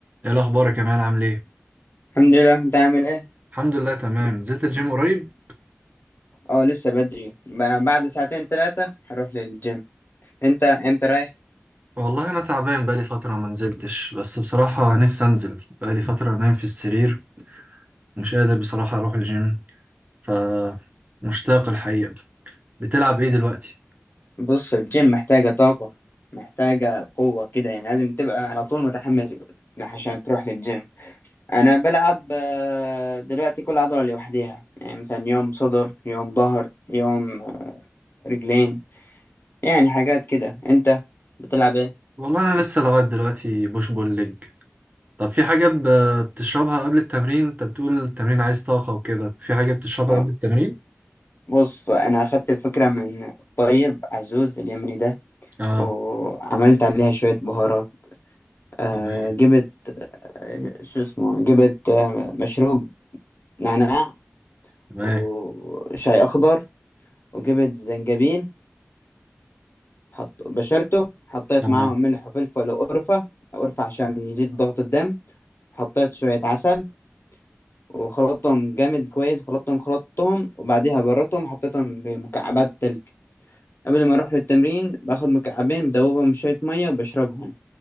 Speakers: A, on the right; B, on the left.
A: ايه الاخبار يا كمال عامل ايه
B: الحمد لله انت عامل ايه
A: الحمد لله تمام نزلت الجيم قريب
B: اه لسه بدري ب- بعد ساعتين ثلاثة هروح للجيم انت امتى رايح
A: والله انا تعبان بقالي فتره ما نزلتش بس بصراحه نفسي انزل بقالي فتره نايم في السرير مش قادر بصراحه اروح الجيم ف مشتاق الحقيقه بتلعب ايه دلوقتي
B: بص الجيم محتاجة طاقة محتاجة قوة كده يعني لازم تبقى على طول متحمس عشان تروح للجيم انا بلعب آه، دلوقتي كل عضلة لوحديها يعني مثلا يوم صدر يوم ظهر يوم آه، رجلين يعني حاجات كده انت بتلعب ايه
A: والله انا لسه لغايه دلوقتي بوش بول ليج طب في حاجه ب... بتشربها قبل التمرين انت بتقول التمرين عايز طاقه وكده في حاجه بتشربها
B: اه
A: قبل التمرين
B: بص انا اخدت الفكرة من الطيب عزوز اليمني ده
A: اه
B: وعملت عليها شوية بهارات آه
A: تمام
B: جبت آه، شو اسمه جبت آه مشروب نعناع
A: تمام
B: وشاي أخضر وجبت زنجبيل حط بشرته حطيت
A: اه
B: معاهم ملح وفلفل وقرفة قرفة عشان يزيد ضغط الدم حطيت شوية عسل وخلطتهم جامد كويس خلطتهم خلطتهم وبعديها بردتهم حطيتهم بمكعبات تلج قبل ما أروح للتمرين باخد مكعبين بدوبهم شوية مية وبشربهم